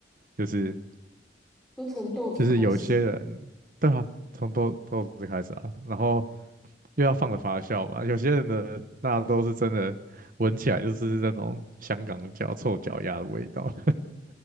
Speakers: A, on the right; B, in the centre.
A: 就是。
B: 都从豆子开始。
A: 就是有些人，对啊，从豆豆子开始啊，然后又要放了发酵嘛，有些人的那都是真的，闻起来就是那种香港脚、臭脚丫的味道，